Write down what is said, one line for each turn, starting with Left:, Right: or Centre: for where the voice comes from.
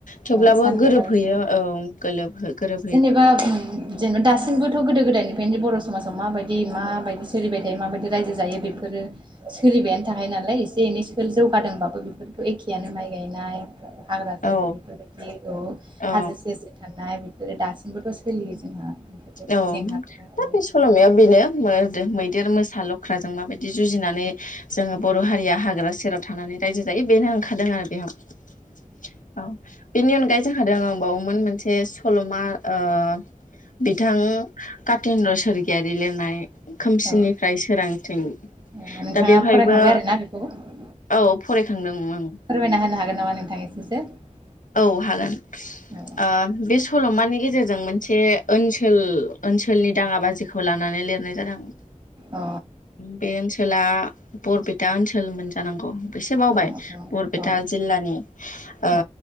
Left: थेवब्लाबो
Right: औ सानबोलावरिनि
Left: गोरोबहयो
Right: उनाव
Left: औ गोलोबहो
Right: जेनेबा जेनेबा दासिमबोथ' गोदो गोदायनि बेनिफ्रायनो बर' समाजाव माबायदि माबायदि सोलिबाय थायो माबायदि रायजो जायो बेफोरो सोलिबायानो थाखाय नालाय एसे एनै जौगादोंबाबो बेफोरखौ एखेयानो माइ गायनाय <unintelligible> बेफोरबायदि
Left: औ
Right: औ
Left: औ
Right: हाजो सेर सेर थानाय दासिमबोथ' सोलियो जोंहा बेफोरबायदि
Left: औ
Right: जेंनाफोरा औ
Left: दा बे सल'माया बेनो <unintelligible> मैदेर मोसा लख्राजों माबायदि जुजिनानै जोङो बर' हारिया हाग्रा सेराव थानानै रायजो जायो ।बेनो ओंखारदों आरो । <inaudible> औ बेनि अनगायै जोंहा दंबावो मोनसे सल'मा ओ बिथां कातिन्द्र स्वर्गियारि लिरनाय खोमसिनिफ्राय
Right: औ
Left: सोरांथिं
Right: औ नोंथाङा
Left: दा बेवहायबो
Right: फरायखांबाय आरोना बेखौ औ
Left: औ फरायखांदोंमोन।
Right: फोरमायना <unintelligible>
Left: औ हागोन
Right: औ
Left: ओ बे सल'मानि गेजेरजों मोनसे ओनसोल ओनसोलनि दाङा बाजिखौ लानानै लिरनाय जादों ।
Right: अ
Left: बे ओनसोला बरपेटा ओनसोलमोन। जानांगौ । एसे बावबाय
Right: औ औ
Left: बरपेटा
Right: औ
Left: जिल्लानि
Right: औ
Left: आ